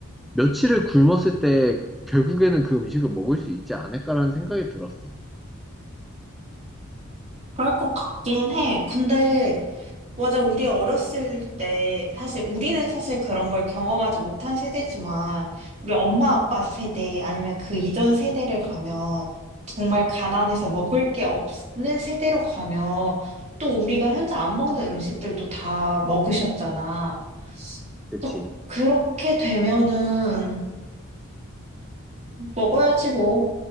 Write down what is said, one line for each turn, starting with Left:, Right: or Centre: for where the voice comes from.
Centre: 며칠을 굶었을 때 결국에는 그 음식을 먹을 수 있지 않을까라는 생각이 들었어.
Right: 그럴 것 같긴 해. 근데, 맞아, 우리 어렸을 때, 사실 우리는 사실 그런 걸 경험하지 못한 세대지만, 우리 엄마 아빠 세대 아니면 그 이전 세대를 가면, 정말 가난해서 먹을 게 없는 세대로 가면, 또 우리가 현재 안 먹는 음식들도 다 먹으셨잖아.
Centre: 그치.
Right: 또 그렇게 되면은, 먹어야지 뭐.